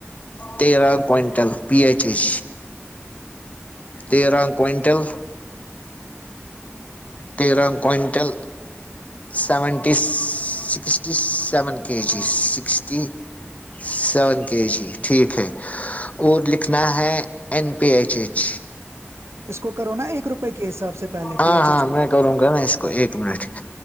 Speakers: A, on the left; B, on the right.
A: تیران کوئنٹل پچیج تیران کوئنٹل تیرانگ quintal seventy sixty seven K G sixty seven K G ٹھیک ہے اور لکھنا ہے این پی ایچ ایچ
B: اس کو کرو نا ایک روپئے کے حساب سے پہلے
A: ہاں
B: پی ایچ
A: ہاں
B: ایچ کو
A: میں کروں کو ایک ایک منٹ